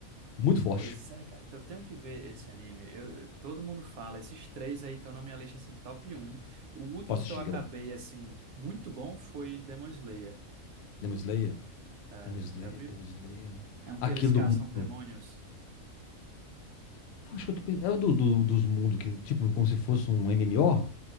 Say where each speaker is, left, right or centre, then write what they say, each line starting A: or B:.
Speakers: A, on the left; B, on the right.
A: Muito forte.
B: Pois é, cara. Então eu tenho que ver esse anime. Eu, eu- todo mundo fala. Esses três aí estão na minha lista, assim, top um O último
A: Posso
B: que
A: assistir,
B: eu acabei,
A: que é bom.
B: assim, muito bom foi Demon Slayer.
A: Demon Slayer,
B: É,
A: Demon Slayer,
B: já viu?
A: Demon Slayer.
B: É um que
A: Aquele
B: eles caçam
A: do mundo.
B: demônios.
A: Eu acho que eu tô pensando. É o do, do- dos mundos, que, tipo, como se fosse um MMO,